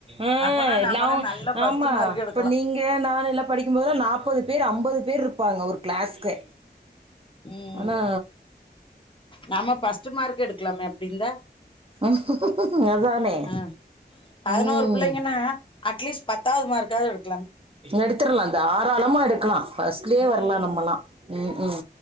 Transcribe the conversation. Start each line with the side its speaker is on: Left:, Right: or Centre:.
Right: இஹ்
Left: அப்பனா நம்மல்லா
Right: லவூங்
Left: நல்ல ஃபர்ஸ்ட்
Right: ஆம்மா
Left: மார்க் எடுக்கலா
Right: இப்ப நீங் ங்க நா எல்லா படிக்கும்போதுல்லா நாற்பது பேர் அம்பது பேர் இருப்பாங்க ஒரு கிளாஸ்க்கே
Left: ம்
Right: ஆனா
Left: நம்ம பஃர்ஸ்ட் மார்க் எடுக்கலாம அப்படிருந்தா
Right: உம், அதானே
Left: அ பதினோரு
Right: ம்
Left: புள்ளைங்கன்னா அட்லீஸ்ட் பத்தாவது மார்க்காவது எடுக்
Right: எடுத்துர்லா தாராளமா எடுக்லா பர்ஸ்ட்லயே
Left: ம்
Right: வரலா நம்மல்லா ம் ஹூம்